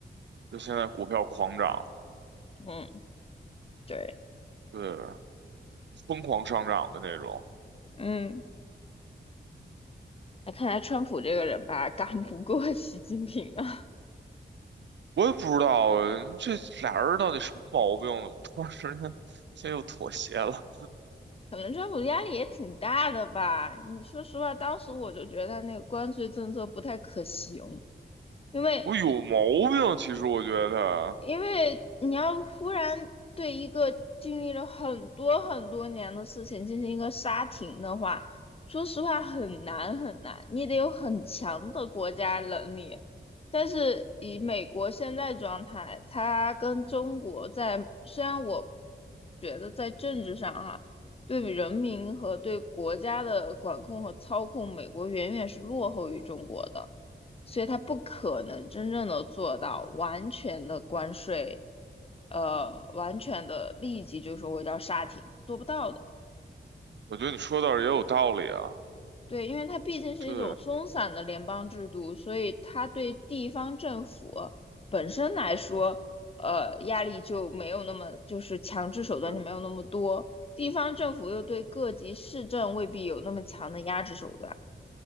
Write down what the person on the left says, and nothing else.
嗯，对，
嗯，那看来川普这个人吧，<laughs> 干不过习近平啊，
可能川普压力也挺大的吧。你说实话，当时我就觉得他那个关税政策不太可行。因为
因为你要忽然对一个经历了很多很多年的事情进行一个刹停的话，说实话很难很难，你得有很强的国家能力。但是以美国现在状态，它跟中国在，虽然我觉得在政治上哈，对人民和对国家的管控和操控，美国远远是落后于中国的。所以它不可能真正的做到完全的关税，呃，完全的立即就说我要刹停，做不到的。
对，因为它毕竟是一种松散的联邦制度，
所以它对地方政府本身来说，呃，压力就没有那么，就是强制手段就没有那么多。
地方政府又对各级市政未必有那么强的压制手段，